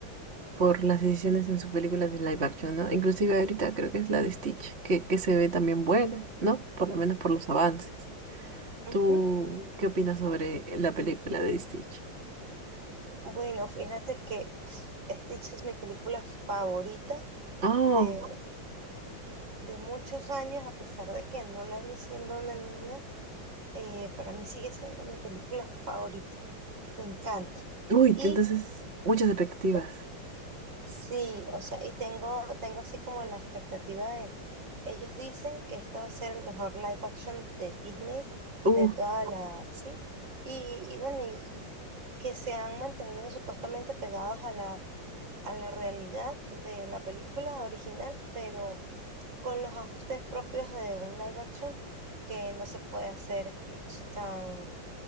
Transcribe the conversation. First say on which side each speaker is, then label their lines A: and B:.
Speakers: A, on the right; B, on the right.
A: por las decisiones en sus películas de live action, ¿no? Inclusive ahorita creo que es la de Stitch, que, que se ve también buena, ¿no? Por lo menos por los avances.
B: Ujú.
A: ¿Tú qué opinas sobre la película de Stitch?
B: Bueno, fíjate que pues, Stitch es mi película favorita
A: Oh,
B: de, de muchos años, a pesar de que no la vi siendo una niña, eh, para mí sigue siendo mi película favorita, me encanta.
A: uy,
B: Y
A: te- entonces muchas expectativas.
B: eh, sí, o sea, y tengo, tengo así como la expectativa Ellos dicen que este va a ser el mejor live action de Disney
A: Uh,
B: de toda la, sí. Y, y bueno, y, y que se han mantenido supuestamente pegados a la, a la realidad de la película original, pero con los ajustes propios de un live action, que no se puede hacer Stitch tan,